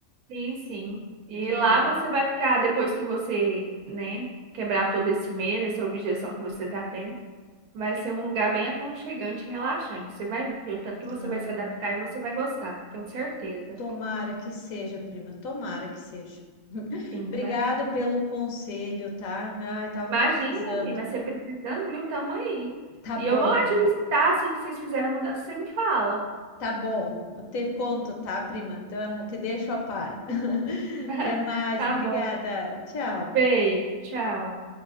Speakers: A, on the right (about 85°); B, on the left (about 70°).
A: sim, sim. E
B: Me,
A: lá você vai ficar, depois que você, né, quebrar todo esse medo, essa objeção que você tá tendo, vai ser um lugar bem aconchegante e relaxante. Você vai ver o tanto que você
B: ah,
A: vai se adaptar e você vai gostar, tenho certeza.
B: tomara que seja, prima. Tomara que seja. <laughs>
A: Sim,
B: Obrigado
A: vai.
B: pelo conselho, tá? Ai, tava
A: Imagina,
B: precisando.
A: prima, você precisando, viu? Tamo aí.
B: Tá
A: E
B: bom.
A: eu vou lá
B: então.
A: te visitar, assim que vocês fizerem a mudança, você me fala.
B: Tá bom, eu te conto, tá, prima? Tá, eu Te deixo a par. <laughs>
A: <laughs>
B: Até mais,
A: Tá
B: obrigada.
A: bom.
B: Tchau.
A: Beijo, tchau.